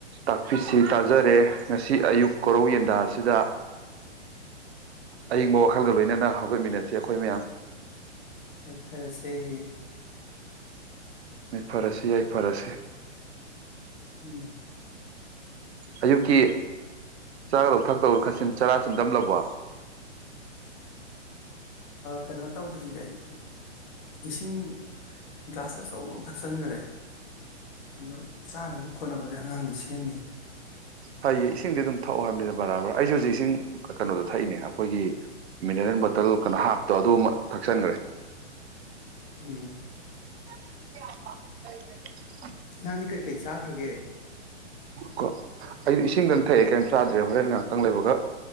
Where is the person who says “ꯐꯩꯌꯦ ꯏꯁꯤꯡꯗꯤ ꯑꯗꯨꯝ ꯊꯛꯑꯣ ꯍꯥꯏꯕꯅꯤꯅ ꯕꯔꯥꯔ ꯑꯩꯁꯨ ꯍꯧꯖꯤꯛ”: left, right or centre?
Right